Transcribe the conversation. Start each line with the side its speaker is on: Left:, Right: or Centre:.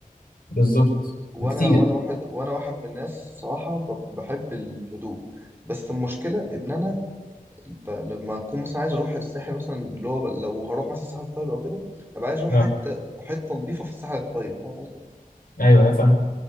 Left: بالظبط
Right: وانا
Left: بكتير
Right: وانا واحد وانا واحد من الناس صراحه ب- بحب الهدوء بس المشكله ان انا ب... لما اكون مثلا عايز اروح الساحل مثلا اللي هو ب- لو هروح مثلا الساحل الطيب او كده ابقى عايز اروح
Left: اه
Right: حته حته نظيفه في الساحل الطيب فاهم قصدي
Left: ايوه فاهم